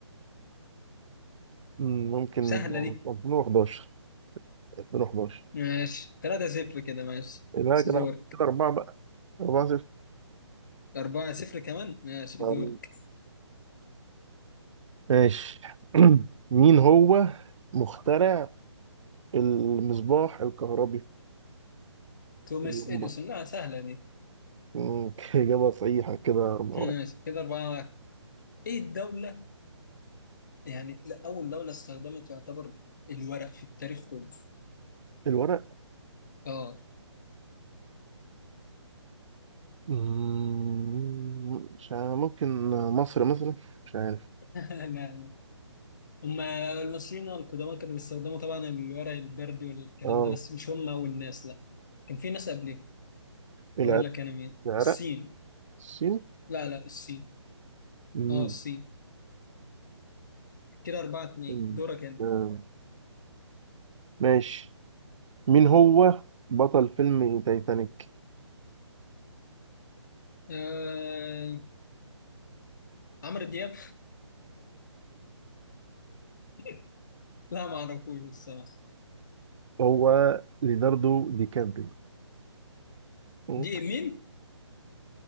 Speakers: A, on the right (about 80°); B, on the left (about 40°).
A: أم، ممكن
B: سهلة دي
A: 2011 2011
B: ماشي 3 0 كده ماشي
A: يبقى كده
B: دورك
A: كده أربعة بقى أربعة صفر
B: 4 0 كمان ماشي
A: أم،
B: دورك
A: ماشي <clears throat> مين هو مخترع المصباح الكهربي
B: توماس
A: اللمبة
B: إديسون لا سهلة دي
A: أم، <laughs> إجابة صحيحة كده أربعة
B: <laughs> ماشي
A: واحد
B: كده 4 1 إيه الدولة يعني لا أول دولة استخدمت يعتبر الورق في التاريخ كله
A: الورق
B: آه
A: مم، مش عارف، ممكن مصر مثلا مش عارف
B: <laughs> لا لا. هم المصريين القدماء كانوا بيستخدموا طبعا الورق البردي والكلام
A: اه
B: ده بس مش هم أول ناس لا كان في ناس قبلهم
A: العرق
B: اقول لك انا مين
A: العرق
B: السين
A: الصين
B: لا لا السين
A: مم.
B: اه السين كده اربعة اتنين
A: مم.
B: دورك انت
A: آه، ماشي مين هو بطل فيلم تايتانيك
B: آه... عمرو دياب <laughs> لا ما اعرفوش الصراحة
A: هو ليناردو دي كابريو مم.
B: دي مين